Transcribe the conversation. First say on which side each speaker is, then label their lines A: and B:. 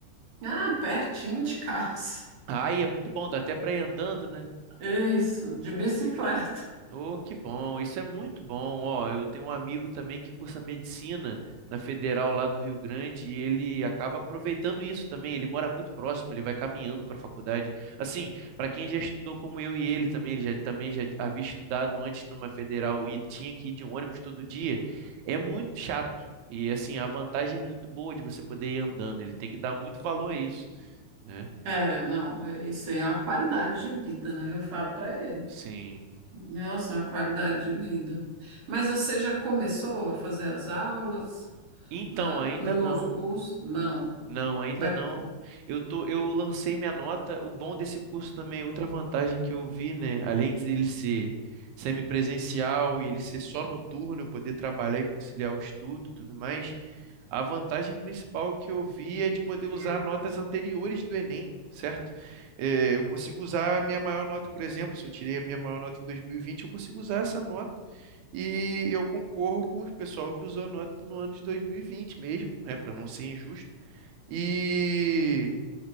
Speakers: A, on the right (about 65°); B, on the right (about 80°).
A: Ah, pertinho de casa.
B: Ah, e é muito bom, dá até para ir andando, né?
A: Isso, de bicicleta.
B: Oh, que bom, isso é muito bom. Ó, eu tenho um amigo também que cursa medicina na Federal lá do Rio Grande e ele acaba aproveitando isso também. Ele mora muito próximo, ele vai caminhando para a faculdade. Assim, para quem já estudou como eu e ele também, ele já, também já havia estudado antes numa Federal e tinha que ir de ônibus todo dia, é muito chato. E assim, a vantagem é muito boa de você poder ir andando, ele tem que dar muito valor a isso, né?
A: É, não, é- isso aí é uma qualidade de vida, né? Eu falo para ele.
B: Sim.
A: Nossa, é uma qualidade de vida. Mas você já começou a fazer as aulas
B: Então,
A: na- no
B: ainda
A: novo
B: não.
A: curso? Não.
B: Não, ainda
A: Vai...
B: não. Eu tô, eu lancei minha nota. O bom desse curso também, outra vantagem que eu vi, né? Além de ele ser semipresencial e ele ser só noturno, eu poder trabalhar e conciliar o estudo e tudo mais, a vantagem principal que eu vi é de poder
A: E
B: usar notas anteriores do Enem, certo? Eh, eu consigo usar a minha maior nota, por exemplo, se eu tirei a minha maior nota em 2020, eu consigo usar essa nota e eu concorro com o pessoal que usou a nota no ano de 2020 mesmo, né? Para não ser injusto. E